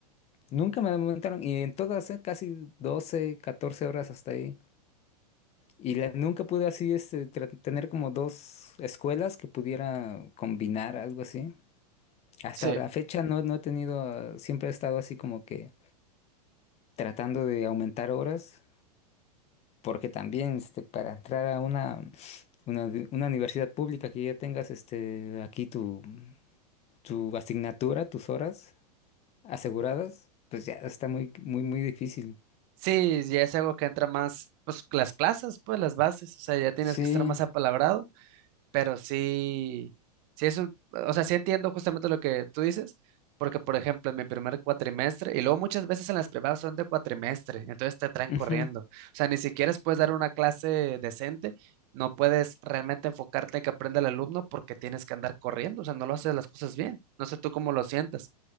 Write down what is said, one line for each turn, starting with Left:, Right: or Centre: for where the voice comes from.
Left: nunca me aumentaron y en todas, eh, casi 12 14 horas hasta ahí. Y la- nunca pude así este, tra- tener como dos escuelas que pudiera combinar algo así. Hasta
Right: sí.
Left: ahora, a fecha no, no he tenido, ah, siempre he estado así como que tratando de aumentar horas, porque también este, para entrar a una, una, di- una universidad pública que ya tengas este, aquí tu, tu asignatura, tus horas aseguradas, pues ya está muy, muy, muy difícil.
Right: Sí, ya es algo que entra más, pues las plazas, pues las bases, o sea, ya tienes
Left: Sí,
Right: que estar más apalabrado Pero sí, sí es un, o sea, sí entiendo justamente lo que tú dices, porque por ejemplo, en mi primer cuatrimestre, y luego muchas veces en las privadas son de cuatrimestre, entonces te traen
Left: Ujú.
Right: corriendo. O sea, ni siquiera puedes dar una clase decente, no puedes realmente enfocarte en que aprenda el alumno porque tienes que andar corriendo, o sea, no lo haces las cosas bien. No sé tú cómo lo sientas.